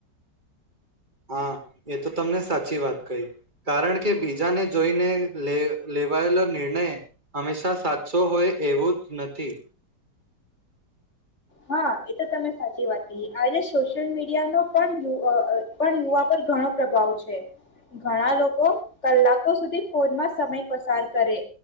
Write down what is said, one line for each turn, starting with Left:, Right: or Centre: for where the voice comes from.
Right: હા, એ તો તમને સાચી વાત કહી કારણ કે બીજાને જોઈનેે લેવાયેલો નિર્ણય હંમેશા સાચો હોય એવું જ નથી
Left: હા, એ તો તમે સાચી વાત કહી આ સોશિયલ મીડિયા નો પણ યુ અ અ પણ યુવા પર ઘણો પ્રભાવ છે ઘણા લોકો કલાકો સુધી ફોનમાં સમય પસાર કરે